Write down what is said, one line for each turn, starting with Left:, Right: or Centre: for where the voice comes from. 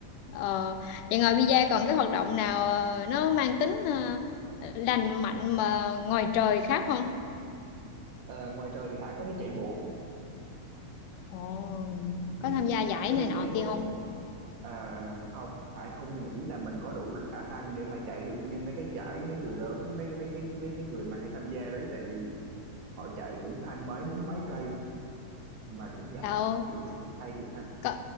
Left: ờ, vậy ngồi bida còn cái hoạt động nào ờ, nó mang tính ờ, lành mạnh mà ngoài trời khác không?
Right: Ờ, ngoài trời thì Hải có đi chạy bộ
Left: Ồ,
Right: Ừ.
Left: có tham gia giải
Right: Hải có
Left: này
Right: đi
Left: nọ
Right: chạy
Left: kia
Right: bộ
Left: không?
Right: à, không Hải không nghĩ là mình có đủ khả năng để mà chạy được như mấy cái giải mấy người lớn mấy mấy cái mấy cái người mà hay tham gia đấy tại vì họ chạy cũng hai mấy bốn mấy cây mà cũng nhận
Left: đâu
Right: là kiểu hay thiệt ha
Left: có,